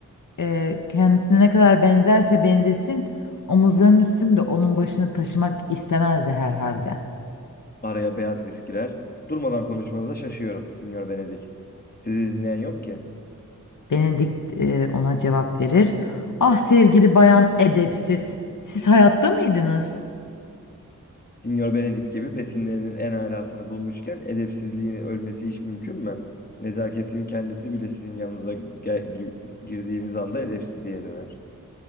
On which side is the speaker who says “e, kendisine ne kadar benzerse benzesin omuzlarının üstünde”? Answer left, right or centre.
Left